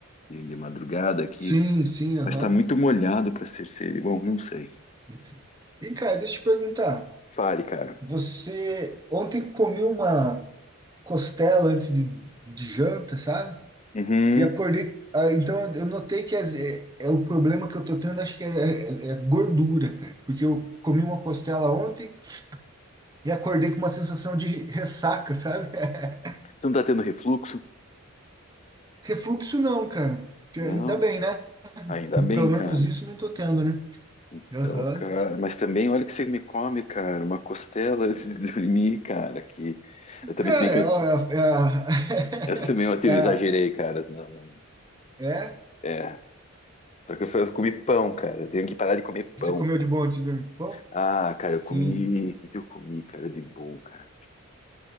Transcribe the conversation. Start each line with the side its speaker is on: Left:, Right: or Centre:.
Left: De de madrugada aqui.
Right: Sim, sim, aham.
Left: Mas tá muito molhado pra ser sereno. Bom, não sei.
Right: Ent- E, cara, deixa eu te perguntar.
Left: Fale, cara.
Right: Você ontem comeu uma costela antes de, de janta, sabe?
Left: Uhum.
Right: E acordei. ah, Então eu notei que as- é, é o problema que eu tô tendo, acho que é, é- é gordura, cara. Porque eu comi uma costela ontem e acordei com uma sensação de ressaca, sabe? <laughs>
Left: Você não tá tendo refluxo?
Right: Refluxo não, cara. Que
Left: Não.
Right: Ainda bem, né?
Left: Ainda bem,
Right: Pelo
Left: cara.
Right: menos isso não tô tendo, né?
Left: Então,
Right: Aham.
Left: cara, mas também olha que você me come, cara, uma costela antes de <laughs> dormir, cara, que eu também,
Right: Cara,
Left: se bem que
Right: é,
Left: eu,
Right: a- é, a-
Left: eu também
Right: <laughs>
Left: ontem eu exagerei, cara. Não, não-
Right: é, a- é? O
Left: é, só que eu, fui- eu comi pão, cara. Eu tenho que parar de comer
Right: que
Left: pão,
Right: Você comeu
Left: cara.
Right: de bom antes de dormir? Pão?
Left: Ah, cara,
Right: Sim.
Left: eu comi, o que que eu comi, cara, de bom, cara?